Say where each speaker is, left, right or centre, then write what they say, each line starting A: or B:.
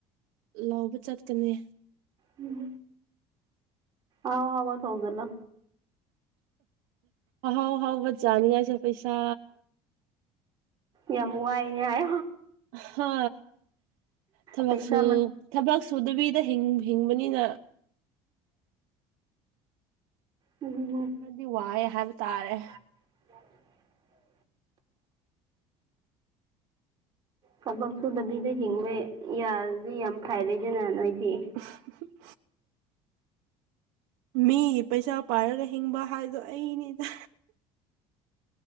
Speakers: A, on the right (about 80°); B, on the right (about 35°).
A: ꯂꯧꯕ ꯆꯠꯀꯅꯤ꯫
B: ꯎꯝ ꯑꯥꯎ ꯍꯕ ꯊꯧꯒꯅ
A: ꯑꯍꯥꯎ ꯍꯥꯎꯕꯠ ꯌꯥꯥꯅꯤꯡꯉꯥꯏꯁꯦ ꯄꯩꯁꯥ
B: ꯌꯥꯝ ꯋꯥꯏꯅꯦ ꯍꯥꯏ
A: ꯍꯥ ꯊꯃꯛꯁꯨ
B: ꯄꯩꯁꯥ
A: ꯊꯕꯛ ꯁꯨꯗꯕꯤꯗ ꯍꯤꯡꯕꯅꯤꯅ
B: ꯎꯝ
A: ꯈꯗꯤ ꯋꯥꯏꯑꯦ ꯍꯥꯏꯕ ꯇꯥꯔꯦ
B: <unintelligible> ꯊꯕꯛ ꯁꯨꯗꯕꯤꯗ ꯍꯤꯡꯕ ꯌꯥꯔꯗꯤ ꯌꯥꯝ ꯐꯥꯏꯔꯩꯗꯅ ꯅꯣꯏꯗꯤ
A: ꯎꯝ ꯍꯨꯡ ꯍꯨꯡ ꯃꯤꯒꯤ ꯄꯩꯁꯥ ꯄꯥꯏꯔꯒ ꯍꯤꯡꯕ ꯍꯥꯏꯕꯗꯣ ꯑꯩꯅꯤꯗ